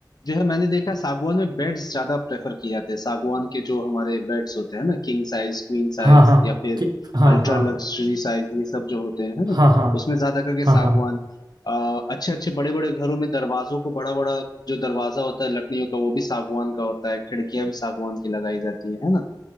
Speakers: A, on the left; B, on the right.
A: जो है मैंने देखा है, सागवान में बेड्स ज्यादा प्रेफर किए जाते हैं सागवान के जो हमारे बेड्स होते हैं ना किंग साइज क्वीन साइज
B: हाँ हाँ
A: या फिर
B: कि हाँ
A: अल्ट्रा
B: हाँ
A: लग्जरी साइज ये सब जो होते हैं है ना
B: हाँ हाँ
A: उसमें ज्यादा करके
B: हाँ
A: सागवान
B: हाँ
A: आ, अच्छे अच्छे बड़े बड़े घरों में दरवाजों को बड़ा बड़ा जो दरवाजा होता है लकड़ियों का वो भी सागवान का होता है खिड़कियां भी सागवान की लगाई जाती है है ना